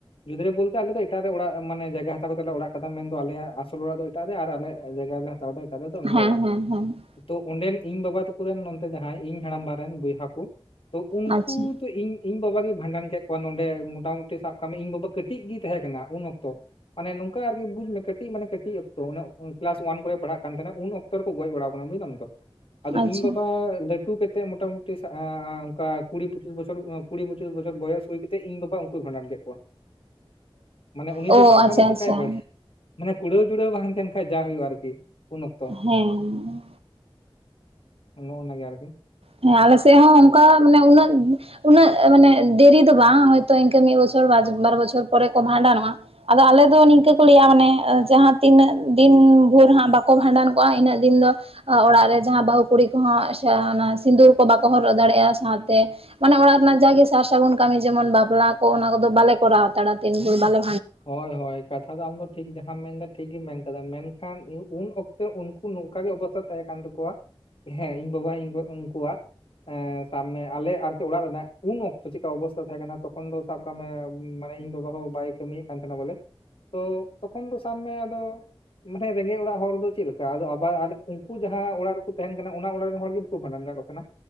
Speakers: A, on the left (about 65°); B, on the right (about 80°).
A: ᱡᱩᱫᱟᱹ ᱵᱚᱞᱛᱮ ᱟᱞᱮ ᱫᱚ ᱮᱴᱟᱜ ᱨᱮ ᱚᱲᱟᱜ ᱢᱟᱱ ᱡᱟᱭᱜᱟ ᱦᱟᱛᱟᱣ ᱠᱟᱛᱮᱞ ᱞᱮ ᱚᱲᱟᱜ ᱟᱠᱟᱫᱟ ᱢᱮᱱᱫᱚ ᱟᱞᱮ ᱟᱥᱚᱞ ᱚᱲᱟᱜ ᱫᱚ ᱮᱴᱟᱜ ᱨᱮ ᱟᱨ ᱟᱞᱮᱭᱟᱜ ᱡᱟᱭᱜᱟ ᱞᱮᱼᱼ <inaudible> ᱫᱚ
B: ᱦᱮᱸ
A: ᱚᱲᱟᱜ ᱟᱠᱟᱫᱟ᱾
B: ᱦᱮᱸ ᱦᱮᱸ
A: ᱛᱚ ᱚᱸᱰᱮᱱ ᱤᱧ ᱵᱟᱵᱟ ᱛᱟᱠᱩᱨᱮᱱ ᱱᱮ ᱡᱟᱦᱟᱸᱭ ᱤᱧ ᱦᱟᱲᱟᱢᱵᱟ ᱨᱮᱱ ᱵᱚᱭᱦᱟ ᱠᱚ ᱛᱚ ᱩᱱᱠᱩ
B: ᱟᱪᱪᱷᱟ
A: ᱛ ᱤᱧ ᱤᱧ ᱵᱟᱵᱟᱜ ᱜᱮ ᱵᱷᱟᱸᱰᱟᱱ ᱠᱮᱫ ᱠᱚᱣᱟ ᱱᱚᱰᱮ, ᱢᱳᱚᱴᱟᱢᱩᱴᱤ ᱥᱟᱵ ᱠᱟᱜ ᱢᱮ ᱤᱧ ᱵᱟᱵᱟ ᱠᱟᱹᱴᱤᱡ ᱜᱮ ᱛᱟᱦᱮᱸ ᱠᱟᱱᱟ ᱩᱱ ᱚᱠᱛᱚ ᱾ ᱢᱟᱱᱮ ᱱᱚᱝᱠᱟ ᱟᱨᱠᱤ ᱵᱩᱡ ᱢᱮ ᱠᱟᱹᱴᱤᱡ ᱢᱟᱱᱮ ᱠᱟᱹᱴᱤᱡ ᱚᱠᱛᱚ ᱠᱞᱟᱥ ᱚᱣᱟᱱ ᱠᱚᱨᱮ ᱯᱟᱲᱦᱟᱜ ᱛᱟᱦᱮᱱᱟ ᱩᱱ ᱚᱠ ᱾ ᱛᱚ ᱨᱮ ᱠᱚ ᱜᱚᱡ ᱵᱟᱲᱟ ᱟᱠᱟᱱᱟ ᱵᱩᱡᱫᱟᱢ ᱛᱚ ᱟᱫᱚ
B: ᱟᱪᱪᱷᱟ
A: ᱤᱧ ᱵᱟᱵᱟ ᱞᱟᱹᱴᱩ ᱠᱟᱛᱮᱫ ᱢᱚᱴᱟ ᱤᱥ ᱮᱸ ᱚᱱᱠᱟ ᱠᱩᱲᱤ ᱯᱚᱸᱪᱤᱥ ᱵᱚᱪᱚᱨ ᱠᱩᱲᱤ ᱯᱚᱸᱪᱤᱥ ᱵᱚᱪᱚᱨ ᱵᱚᱭᱚᱥ ᱦᱩᱭ ᱠᱟᱛᱮ ᱤᱧ ᱵᱟᱵᱟ ᱠᱚᱭ ᱵᱷᱟᱸᱰᱟᱱ ᱠᱮᱫ ᱠᱚᱣᱟ ᱢᱟᱱᱮ ᱩᱱᱤ
B: ᱚ
A: ᱫᱚ ᱥᱟᱵ ᱠᱟᱜ
B: ᱟᱪᱪᱷᱟ
A: ᱢᱮ ᱪᱮᱠᱟᱭ
B: ᱟᱪᱪᱷᱟ
A: ᱵᱟᱲᱟᱭ ᱢᱟᱱᱮ ᱠᱩᱲᱟᱹᱣ ᱡᱩᱲᱟᱹᱣ ᱵᱟᱝᱱ ᱛᱟᱦᱮᱱ ᱠᱷᱟᱱᱡ ᱡᱟ ᱦᱩᱭᱩᱜᱼᱟ ᱟᱨᱠᱤ ᱩᱱ ᱚᱠᱛᱚ ᱾
B: ᱦᱮᱸ
A: ᱚᱱᱟᱱᱟᱜᱮ ᱟᱨᱠᱤ
B: ᱦᱮᱸ ᱟᱞᱮ ᱥᱮᱫ ᱦᱚᱸ ᱚᱱᱠᱟ ᱢᱟᱱᱮ ᱩᱱᱟᱹᱜᱼᱼ ᱩᱱᱟᱹᱜ ᱢᱟᱱᱮ ᱫᱮᱨᱤ ᱫᱚ ᱵᱟᱝ ᱦᱚᱭᱛᱳ ᱤᱱᱠᱟᱹ ᱢᱤᱫ ᱵᱚᱪᱷᱚᱨ ᱵᱟᱨ ᱵᱚᱪᱷᱚᱨ ᱯᱚᱨᱮ ᱠᱚ ᱵᱷᱟᱸᱰᱟᱱᱚᱜᱼᱟ᱾ ᱟᱫᱚ ᱟᱞᱮ ᱫᱚ ᱱᱤᱝᱠᱟᱹ ᱠᱚ ᱞᱟᱹᱭᱟ ᱢᱟᱱᱮ ᱡᱟᱦᱟᱸ ᱛᱤᱱᱟᱹᱜ ᱫᱤᱱ ᱵᱷᱳᱨ ᱦᱟᱸᱜ ᱵᱟᱠᱚ ᱵᱷᱟᱸᱰᱟᱱ ᱠᱚᱜᱼᱟ ᱤᱱᱟᱹᱜ ᱫᱤᱱ ᱫᱚᱼᱼ ᱚᱲᱟᱜ ᱨᱮ ᱡᱟᱦᱟᱸ ᱵᱟᱹᱦᱩ ᱠᱩᱲᱤ ᱠᱚᱦᱚᱸ ᱥᱤᱸᱫᱩᱨ ᱠᱚ ᱵᱟᱠᱚ ᱦᱚᱨᱚᱜ ᱫᱟᱲᱮᱭᱟᱜᱼᱟ ᱥᱟᱶᱛᱮ᱾ ᱢᱟᱱᱮ ᱚᱲᱟᱜ ᱨᱮᱱᱟᱜ ᱡᱟᱜᱮ ᱥᱟᱨ ᱥᱟᱹᱜᱩᱱ ᱡᱮᱢᱚᱱ ᱵᱟᱯᱞᱟ‌ ᱠᱚ ᱚᱱᱟ ᱠᱚᱫᱚ ᱵᱟᱞᱮ ᱠᱚᱨᱟᱣ ᱦᱟᱛᱟᱲᱟ ᱫᱤᱱ ᱵᱷᱳᱨ ᱵᱟᱞᱮᱼᱼ
A: ᱦᱳᱭ ᱦᱳᱭ ᱠᱟᱛᱷᱟ ᱫᱚ ᱟᱢᱫᱚ ᱴᱷᱤᱠ ᱡᱟᱦᱟᱸᱢ ᱢᱮᱱᱫᱟ ᱴᱷᱤᱠ ᱜᱮᱢ ᱢᱮᱱ ᱟᱠᱟᱫᱟ ᱢᱮᱱᱠᱷᱟᱱ ᱩᱱ ᱚᱠᱛᱮ ᱩᱱᱠᱩ ᱱᱚᱝᱠᱟ ᱜᱮ ᱚᱵᱚᱥᱛᱟᱼᱼ ᱛᱟᱦᱮᱸ ᱠᱟᱱ ᱛᱟᱠᱚᱣᱟ ᱦᱮᱸ ᱤᱧ ᱵᱟᱵᱟ ᱤᱧ ᱜᱚᱜᱚ ᱩᱱᱠᱩᱣᱟᱜ᱾ ᱮᱸ ᱥᱟᱵ ᱢᱮ ᱟᱞᱮ ᱟᱨᱠᱤ ᱚᱲᱟᱜ ᱨᱮᱱᱟᱜ ᱩᱱ ᱚᱠᱛᱚ ᱪᱤᱠᱟ ᱚᱵᱚᱥᱛᱟ ᱛᱟᱦᱮᱸ ᱠᱟᱱᱟ ᱛᱚᱠᱷᱚᱱ ᱫᱚᱼᱼ ᱥᱟᱵ ᱠᱟᱜ ᱢᱮ ᱢᱟᱱᱮ ᱤᱧ ᱵᱟᱵᱟ ᱦᱚᱸ ᱵᱟᱭ ᱠᱟᱹᱢᱤᱭᱮᱫ ᱠᱟᱱ ᱛᱟᱦᱮᱱᱟ ᱵᱚᱞᱮᱼᱼ ᱛᱚ ᱛᱚᱠᱷᱚᱱ ᱫᱚ ᱥᱟᱵ ᱢᱮ ᱟᱫᱚᱼᱼ ᱢᱟᱱᱮ ᱨᱮᱸᱜᱮᱡ ᱚᱲᱟᱜ ᱦᱚᱲ ᱫᱚ ᱪᱮᱫ ᱞᱮᱠᱟ ᱟᱫᱚ ᱟᱵᱟᱨ ᱩᱱᱠᱩ ᱡᱟᱦᱟᱸ ᱚᱲᱟᱜ ᱨᱮᱠᱚ ᱛᱟᱦᱮᱱ ᱠᱟᱱᱟ ᱚᱱᱟ ᱚᱲᱟᱜ ᱨᱮᱱ ᱦᱚᱲ ᱜᱮᱼᱼ ᱵᱷᱟᱰᱟᱱ ᱠᱚ ᱛᱟᱦᱮᱱᱟ